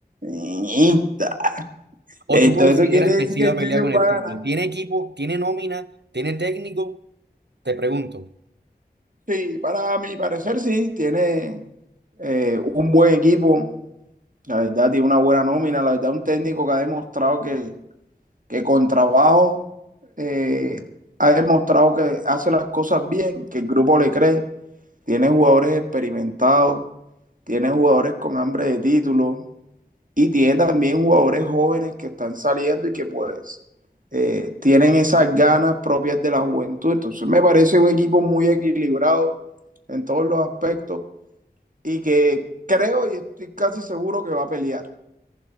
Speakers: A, on the right; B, on the right.
A: niñita.
B: ¿O
A: Entonces
B: tú consideras
A: eso quiere
B: que
A: decir
B: sí
A: que
B: va
A: el
B: a pelear
A: Junior
B: con el
A: va
B: título?
A: a ganar.
B: ¿Tiene equipo? ¿Tiene nómina? ¿Tiene técnico? Te pregunto.
A: Sí, para mi parecer sí, tiene eh, un buen equipo, la verdad tiene una buena nómina, la verdad un técnico que ha demostrado que, que con trabajo eh, ha demostrado que hace las cosas bien, que el grupo le cree tiene jugadores experimentados, tiene jugadores con hambre de título y tiene también jugadores jóvenes que están saliendo y que pues eh, tienen esas ganas propias de la juventud. Entonces me parece un equipo muy equilibrado en todos los aspectos y que creo y estoy casi seguro que va a pelear.